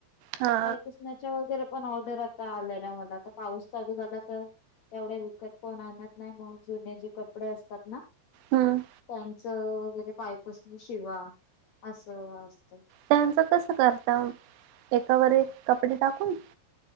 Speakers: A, on the right; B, on the left.
A: हा
B: पायपस च्या वगैरे पण ऑर्डर आता आलाय ना मला आता पाऊस चालू झाला तर तेवढ्या त कोण आणत नाही मग जुने जे कपडे असतात ना.
A: हम्म.
B: त्यांचं वगैरे पायपसून शिवा असं असत.
A: त्यांचं कस करता एकावर कपडे टाकून